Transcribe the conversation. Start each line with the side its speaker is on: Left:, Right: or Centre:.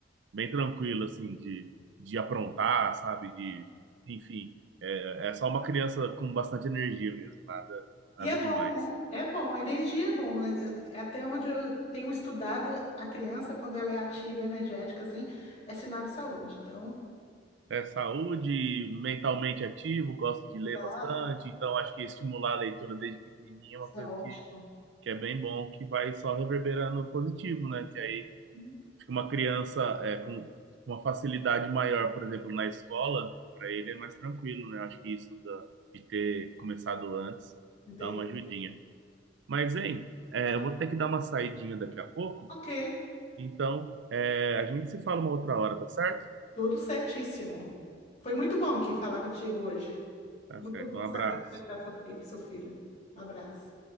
Right: bem tranquila, assim, de, de aprontar, sabe? De, enfim, é, é só uma criança com bastante energia mesmo, nada, nada
Left: E é bom,
Right: demais.
Left: né? É bom, energia é bom. É- é Até onde eu tenho estudado, a criança, quando ela é ativa, energética, assim, é sinal de saúde. Então,
Right: É saúde, mentalmente ativo, gosto de ler
Left: tá,
Right: bastante, então acho que estimular a leitura desde pequenininho
Left: isso
Right: é uma coisa
Left: é ótimo.
Right: que é bem bom, que vai só reverberando positivo, né? Que aí
Left: Uhum,
Right: fica uma criança é, com uma facilidade maior, por exemplo, na escola, para ele é mais tranquilo, né? Acho que isso da, de ter começado antes
Left: Entendi.
Right: dá uma ajudinha. Mas, hein, é,
Left: Ah,
Right: eu vou ter que dar uma saidinha daqui a pouco,
Left: ok,
Right: então é, a gente se fala uma outra hora, tá certo?
Left: tudo certíssimo. Foi muito bom que falar contigo hoje.
Right: Tá
Left: Muito
Right: certo,
Left: bom
Right: um abraço.
Left: saber como é que tá sua filha, seu filho. Um abraço.